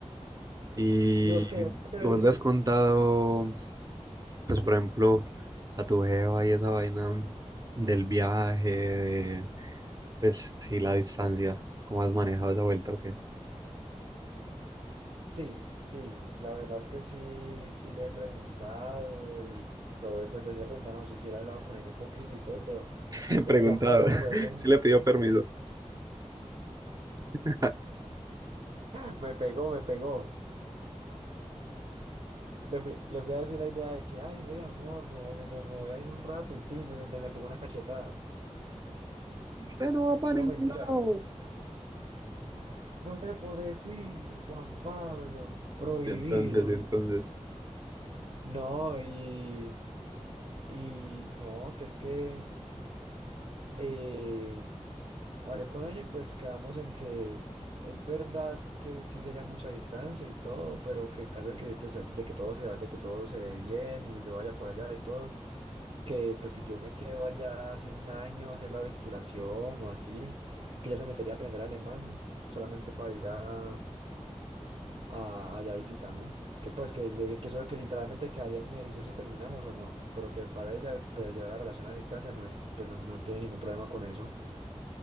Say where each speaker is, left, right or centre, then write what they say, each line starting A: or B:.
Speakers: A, on the right; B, on the right.
A: Y,
B: ¿Y vos qué, vos
A: y
B: qué quieres
A: vos
B: decir?
A: le has contado, pues por ejemplo, a tu jeva y esa vaina del viaje, de, pues sí, la distancia, ¿cómo has manejado esa vuelta o qué?
B: Sí, sí, la verdad es que sí, sí le he preguntado y todo, y pues, pues sí le preguntaron si sí, sí le he hablado con ella un poquito y todo, pero
A: <laughs> he Preguntado
B: estamos de acuerdo
A: <laughs>
B: en...
A: si le pidió permiso. <laughs>
B: <laughs> Me pegó, me pegó. Le fui, le fui a decir la idea de que, ay, ve, amor, me voy, me, me voy a ir un rato y ti, me, me, me pegó una cachetada.
A: Usted no va para
B: No,
A: ningún
B: mentira.
A: lado.
B: No te puedo decir, Juan Pablo, prohibido.
A: Y entonces, y entonces,
B: No, y, y no, que es que eh, hablé con ella y pues quedamos en que es verdad que sí sería mucha distancia y todo, pero que en caso de que, pues, es- de que todo se vaya, de que todo se dé bien y yo vaya por allá y todo, que pues si yo me quedo allá hace un año a hacer la titulación o así, que ella se metería a aprender alemán solamente para ir a a- allá visítame. Que pues que, que, que eso que literalmente quedaría en mi decisión si terminamos o no, pero que para ella pues, llevar la relación a distancia no es, pues, no, no tiene ningún problema con eso.